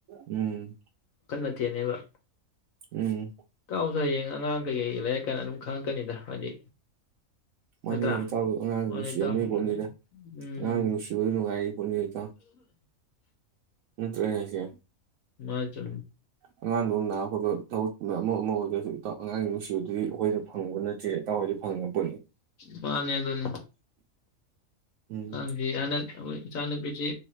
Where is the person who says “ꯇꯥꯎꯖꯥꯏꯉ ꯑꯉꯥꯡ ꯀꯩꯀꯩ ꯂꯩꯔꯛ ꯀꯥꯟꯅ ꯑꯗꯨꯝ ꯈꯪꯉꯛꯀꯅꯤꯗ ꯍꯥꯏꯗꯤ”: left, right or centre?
Left